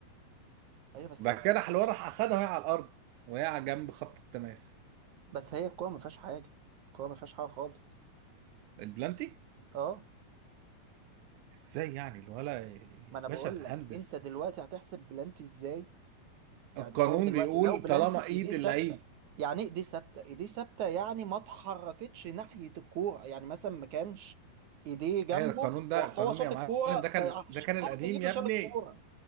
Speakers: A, on the right; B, on the right.
A: ايوه بس
B: بعد كده راح الورا راح اخدها وهي على الارض وهي على جنب خط التماس
A: بس هي الكوره ما فيهاش حاجه الكوره ما فيهاش حاجه خالص
B: البلانتي
A: اه
B: ازاي يعني الولا يا
A: ما انا بقول
B: باشا مهندس
A: لك انت دلوقتي هتحسب بلانتي ازاي يعني
B: القانون
A: هو دلوقتي
B: بيقول
A: لو بلانتي
B: طالما ايد
A: ايديه ثابته
B: اللعيب
A: يعني ايه ايديه ثابته ايديه ثابته يعني ما اتحركتش ناحيه الكوره يعني مثلا ما كانش ايديه جنبه
B: هي القانون ده
A: وهو
B: القانون
A: شاط
B: يا معلم
A: الكوره
B: ده كان
A: فحط
B: ده كان القديم
A: ايده
B: يا
A: شال
B: ابني
A: الكوره